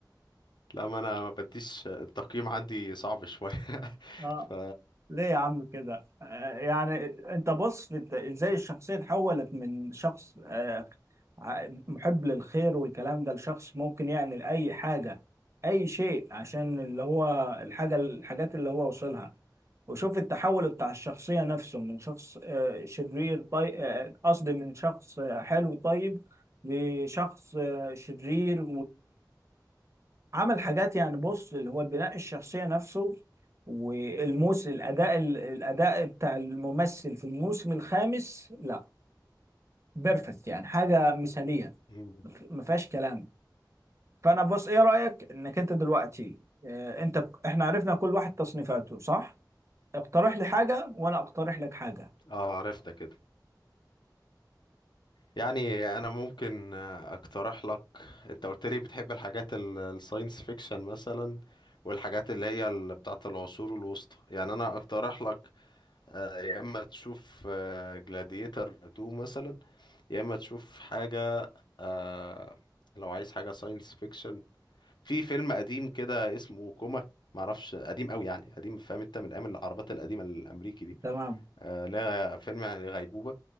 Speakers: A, on the left; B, on the right.
A: لا ما انا ما بديش التقييم عندي صعب شوية <laughs>
B: اه
A: ف
B: ليه يا عم كده آه، يعني انت بص بت- ازاي الشخصية اتحولت من شخص آه، ع- محب للخير والكلام ده لشخص ممكن يعمل اي حاجة اي شيء عشان اللي هو الحاجة الحاجات اللي هو وصلها وشوف التحول بتاع الشخصية نفسه من شخص آه، شرير طيب آه، قصدي من شخص آه، حلو طيب لشخص آه، شرير عمل حاجات يعني بص اللي هو البناء الشخصية نفسه والموسم الأداء الأداء بتاع الممثل في الموسم الخامس لا بيرفكت يعني حاجة مثالية
A: مم.
B: ما فيهاش كلام فأنا بص إيه رأيك إنك أنت دلوقتي آه، أنت إحنا عرفنا كل واحد تصنيفاته صح؟ اقترح لي حاجة وأنا أقترح لك حاجة
A: اه عرفتك يعني انا ممكن آه، اقترح لك انت قلت لي بتحب الحاجات ال- الساينس فيكشن مثلا والحاجات اللي هي ال- بتاعه العصور الوسطى يعني انا اقترح لك آه، يا اما تشوف جلاديتر 2 مثلا يا اما تشوف حاجه آه، لو عايز حاجه ساينس فيكشن في فيلم قديم كده اسمه كوما معرفش قديم قوي يعني قديم فاهم انت من ايام العربات القديمه الامريكي دي
B: تمام
A: آه، لا فيلم يعني غيبوبه